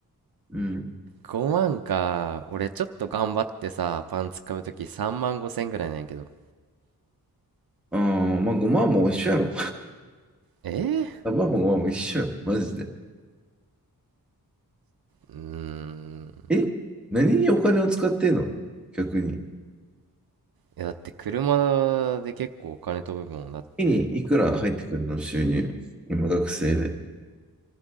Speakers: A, in the centre; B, on the right (about 70°).
A: うん。
B: 5万 <laughs> か俺ちょっと頑張ってさパンツ買うとき3万5千ぐらいなんやけど
A: ああ、まあ5万も一緒やろ。
B: えー、
A: あまあまあまあまあ、一緒よ。マジで。
B: うーん
A: え何にお金を使ってんの逆に。
B: いやだって車で結構お金飛ぶもんだってほ
A: 月にいくら入ってくるの収入。今学生で。